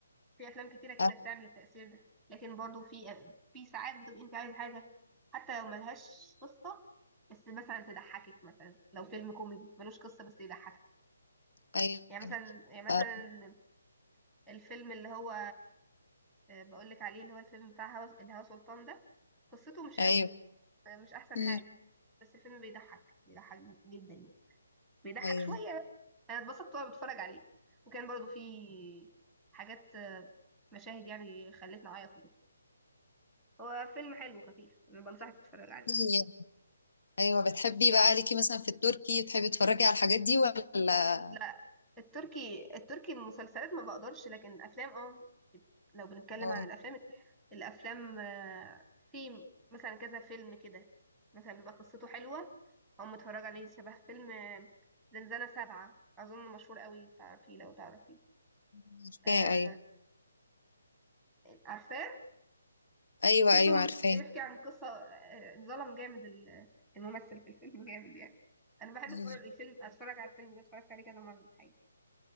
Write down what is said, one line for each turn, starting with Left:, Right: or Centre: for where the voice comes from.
Centre: في افلام كتيره كده
Left: آه،
Centre: بتعمل التاثير ده لكن برضو في في ساعات بتبقي انت عايزه حاجه حتى لو ملهاش قصه بس مثلا تضحكك مثلا لو فيلم كوميدي ملوش قصه بس يضحكك
Left: ايوه
Centre: يعني مثلا يعني مثلا
Left: آه،
Centre: الفيلم اللي هو آه، بقولك عليه اللي هو الفيلم بتاع هوا الهوا سلطان ده قصته مش
Left: ايوه
Centre: قوي آه، مش احسن
Left: مم،
Centre: حاجة بس الفيلم بيضحك بيضحك جدا يعني بيضحك
Left: ايوه
Centre: شوية بس. انا اتبسطت وانا بتفرج عليه وكان برضو فيه حاجات آه، مشاهد يعني خلتني اعيط وكده هو فيلم حلو وخفيف انا بنصحك تتفرج عليه
Left: إيه، ايوه بتحبي بقى ليكي مثلا في التركي تحبي تتفرجي على الحاجات دي ولا
Centre: لا التركي التركي المسلسلات ما بقدرش لكن الافلام اه لو بنتكلم
Left: آه،
Centre: عن الافلام الافلام آه، في مثلا كذا فيلم كده مثلا بيبقى قصته حلوه او متفرج عليه شبه فيلم آه، زنزانة سبعة اظن مشهور قوي تعرفيه لو تعرفيه
Left: عارفاه
Centre: آه،
Left: ايوه
Centre: عارفاه
Left: ايوه
Centre: في
Left: ايوه
Centre: ظلم
Left: عارفاه
Centre: بيحكي عن قصه آه، اتظلم جامد ال- الممثل في الفيلم <laughs> جامد يعني انا بحب
Left: أيوة.
Centre: اتفرج الفيلم اتفرج على الفيلم ده اتفرجت عليه كذا مره الحقيقه